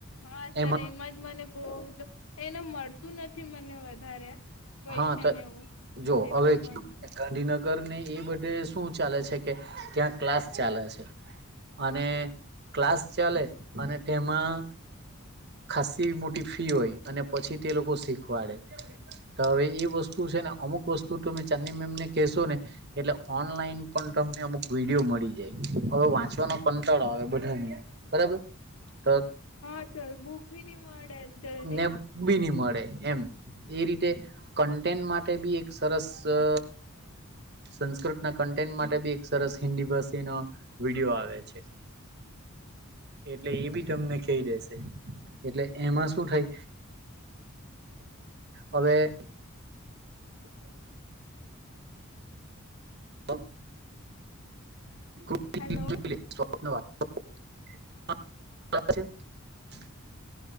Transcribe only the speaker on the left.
હા સર
એમ જ મને બહુ એને મળતું નથી મને વધારે ક્વેશ્ચન
એવું
પેપર
વનનું
હા સર બુક ભી નહી મળે. જલ્દી
હેલો